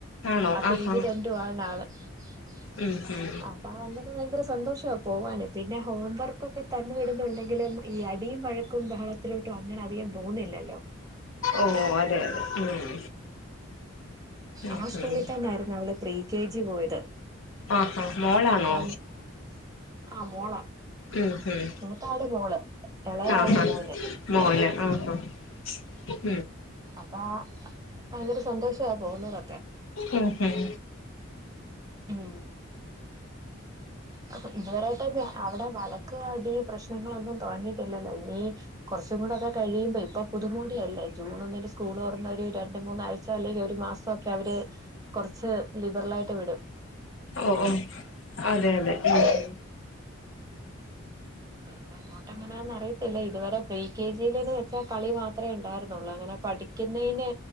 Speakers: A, on the left (about 70°); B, on the right (about 15°).
A: ആണോ
B: അപ്പൊ
A: ആഹാ
B: ഇത് രണ്ടു വാണ് ആള് ഉ
A: ഉം ഉം
B: <inaudible> അപ്പൊ അണ്ണന് ഭയങ്കര സന്തോഷം പോവാന് പിന്നെ ഹോം വർക്കൊക്കെ തന്നു വിടുന്നുണ്ടെങ്കിലും ഈ അടിയും വഴക്കും ബഹളത്തിലോട്ടും അങ്ങനെ അധികം പോകുന്നില്ലല്ലോ
A: ഓ അതെ അതെ ഉം ഉം
B: ആ സ്കൂളിൽ
A: ഉം
B: തന്നൊയിരുന്നു അവള് പ്രീ- കെ ജി പോയത്
A: ആഹാ മോളാണോ
B: അപ്പം ആ മോളാ
A: ഉം ഉം
B: മൂത്താള് മോള് എളയാള്
A: ആഹാ
B: മോന്
A: മോന് <unintelligible>
B: അപ്പാ ഭയങ്കര സന്തോഷാ പോകുന്നതൊക്കെ.
A: ഉം ഉം
B: ഉം അപ്പ ഇതുവരായിട്ട് അവിടെ വഴക്ക് അടി പ്രശ്നങ്ങളൊന്നും തോന്നിയിട്ടില്ലല്ലോ ഇനി കുറച്ചും കൂടൊക്കെ കഴിയുമ്പോ ഇപ്പൊ പുതുമോടിയല്ലേ ജൂണ് ഒന്നിന് സ്കൂള് തൊറന്ന ഒരു രണ്ട് മൂന്നാഴ്ച അല്ലെങ്കി ഒരു മാസം ഒക്കെ അവര് കൊറച്ച് ലിബറലായിട്ട് വി
A: ഓഹ് ഓഹ് അതെയതെ ഉം ഉം
B: പിന്നെ അങ്ങോട്ട് എങ്ങനാന്നറിയത്തില്ല ഇതുവരെ പ്രി കെ ജി ലേന്ന് വെച്ചാ കളി മാത്രേ ഉണ്ടായിരുന്നുള്ളു അങ്ങനെ പഠിക്കുന്നതിന്